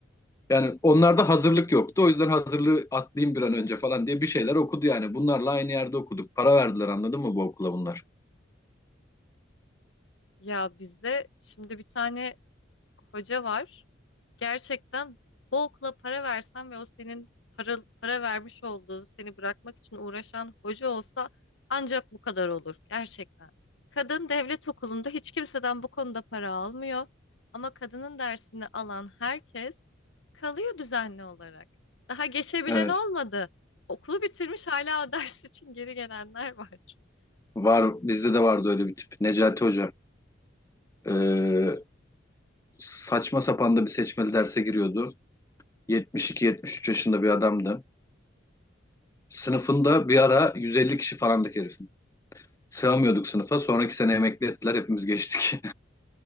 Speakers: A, on the left (about 15°); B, on the left (about 80°).
A: Yani onlarda hazırlık yoktu. O yüzden hazırlığı atlayayım bir an önce falan diye bir şeyler okudu yani. Bunlarla aynı yerde okuduk. Para verdiler anladın mı bu okula bunlar?
B: Ya bizde şimdi bir tane hoca var. Gerçekten bu okula para versen ve o senin para, para vermiş olduğu, seni bırakmak için uğraşan hoca olsa ancak bu kadar olur gerçekten. Kadın devlet okulunda hiç kimseden bu konuda para almıyor. Ama kadının dersini alan herkes kalıyor düzenli olarak. Daha geçebilen
A: Evet.
B: olmadı. Okulu bitirmiş hala <laughs> o ders için geri gelenler var.
A: Var bizde de vardı öyle bir tip. Necati Hoca. Ee, saçma sapan da bir seçmeli derse giriyordu. 72-73 yaşında bir adamdı. Sınıfında bir ara 150 kişi falandık herif. Sığamıyorduk sınıfa. Sonraki sene emekli ettiler. Hepimiz geçtik.